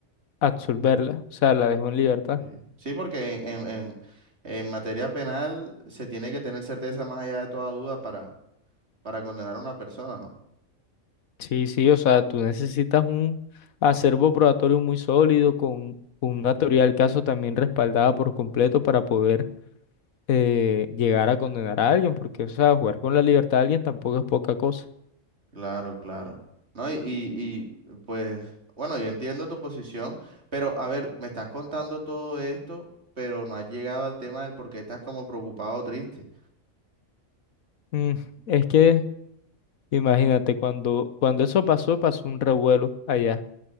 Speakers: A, on the left; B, on the right.
A: absolverla, o sea, la dejó en libertad.
B: Sí, Sí, porque en, en, en materia penal se tiene que tener certeza más allá de toda duda para, para condenar a una persona, ¿no?
A: Sí, sí, o sea, tú necesitas un acervo probatorio muy sólido, con, con una teoría del caso también respaldada por completo para poder eh, llegar a condenar a alguien, porque, o sea, jugar con la libertad de alguien tampoco es poca cosa.
B: Claro, claro. No, y, y, y, pues, bueno, yo entiendo tu posición, pero a ver, me estás contando todo esto, pero no has llegado al tema del por qué estás como preocupado o triste.
A: Mm, es que Imagínate, cuando, cuando eso pasó, pasó un revuelo allá.